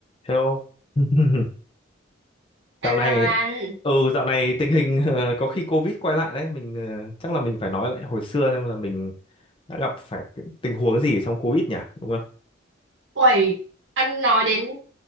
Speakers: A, on the left; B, on the right.
A: Hello. <laughs> Dạo
B: Hello
A: này
B: anh,
A: ừ dạo này tình hình ờ, có khi Covid quay lại đấy, mình ờ, chắc là mình phải nói lại hồi xưa xem là mình đã gặp phải cái tình huống gì trong Covid nhỉ, đúng không?
B: Uầy, anh nói đến